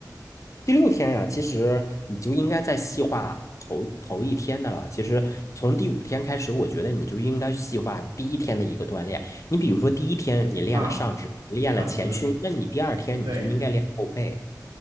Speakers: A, on the left; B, on the right.
A: 第六天呀，其实你就应该再细化头头一天的了。其实从第五天开始，我觉得你就应该细化第一天的一个锻炼。你比如说，第一天你练了上肢，
B: 啊，
A: 练了前胸，
B: 上肢，
A: 那你第二天你就应该练后背。
B: 对，